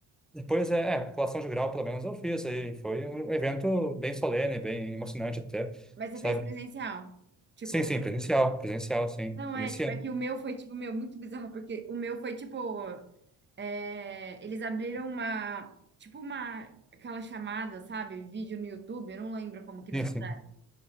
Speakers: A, in the centre; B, on the right.
A: Depois, é, é, colação de grau, pelo menos eu fiz aí. Foi um evento bem solene, bem emocionante até,
B: Mas você
A: sabe?
B: fez presencial. Tipo,
A: Sim, sim, presencial, presencial, sim.
B: não
A: Nesse
B: é, tipo,
A: ano.
B: é que o meu foi, tipo, meu, muito bizarro, porque o meu foi, tipo. é, eles abriram uma, tipo uma, aquela chamada, sabe? Vídeo no YouTube, eu não lembro como que eles
A: Sim, sim.
B: fizeram.